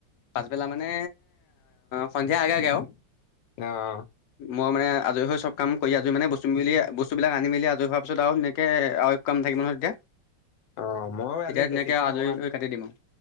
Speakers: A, on the left (about 65°); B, on the left (about 80°).
A: পাছবেলা মানে সন্ধিয়া আগে আগে আও।
B: অ।
A: মই মানে আজৰি হৈ সব কাম কৰি আজৰি মানে বস্তু মিলি বস্তু বিলাক আনি মেলি আজৰি হোৱাৰ পিছত আৰু সেনেকে আও কাম নাথাকিব নহয় তেতিয়া।
B: অ মই
A: তেতিয়া
B: আজি
A: ধুনীয়াকে
B: কেচিখন
A: আৰু আজৰি
B: অকমান
A: হৈ কাটি দিম আৰু